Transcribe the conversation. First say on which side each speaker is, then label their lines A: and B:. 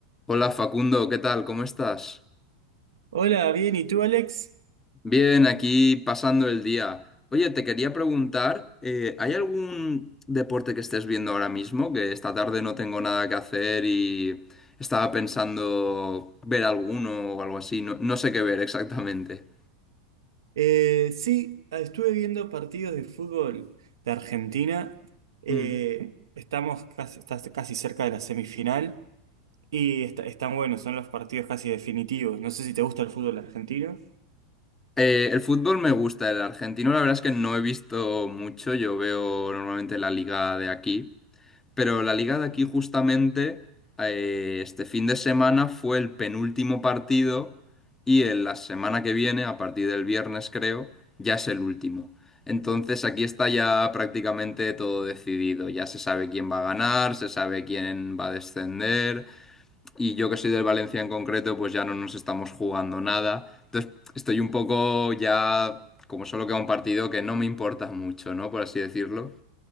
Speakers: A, on the left; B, on the right.
A: Hola Facundo, ¿qué tal? ¿Cómo estás?
B: Hola, bien, ¿y tú, Alex?
A: Bien, aquí pasando el día. Oye, te quería preguntar, eh, ¿hay algún deporte que estés viendo ahora mismo? Que esta tarde no tengo nada que hacer y estaba pensando ver alguno o algo así. No, no sé qué ver exactamente.
B: Eh, sí, ah, estuve viendo partidos de fútbol de Argentina. Eh,
A: Mm.
B: estamos casi, estás casi cerca de la semifinal y está- están buenos, son los partidos casi definitivos. No sé si te gusta el fútbol argentino,
A: Eh, el fútbol me gusta, el argentino la verdad es que no he visto mucho. Yo veo normalmente la liga de aquí. Pero la liga de aquí justamente eh, este fin de semana fue el penúltimo partido y en la semana que viene, a partir del viernes creo, ya es el último. Entonces aquí está ya prácticamente todo decidido. Ya se sabe quién va a ganar, se sabe quién va a descender y yo que soy del Valencia en concreto, pues ya no nos estamos jugando nada. Entonces estoy un poco ya, como solo queda un partido que no me importa mucho, ¿no? Por así decirlo.